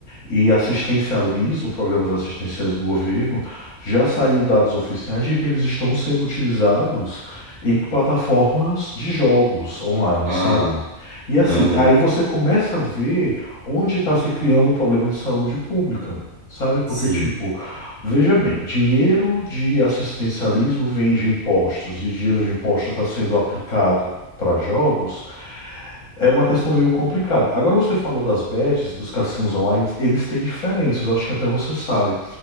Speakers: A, on the left; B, on the right.
A: e assistencialismo, programas assistenciais do governo, já saiu dados oficiais de que eles estão sendo utilizados em plataformas de jogos online,
B: Ah,
A: sabe? E assim,
B: aham,
A: aí você começa a ver onde está se criando o problema de saúde pública, sabe? Porque,
B: sim.
A: tipo, veja bem, dinheiro de assistencialismo vem de impostos e dinheiro de impostos está sendo aplicado para jogos, é uma questão meio complicada. Agora você falou das bets, dos cassinos online, eles têm diferenças, eu acho que até você sabe.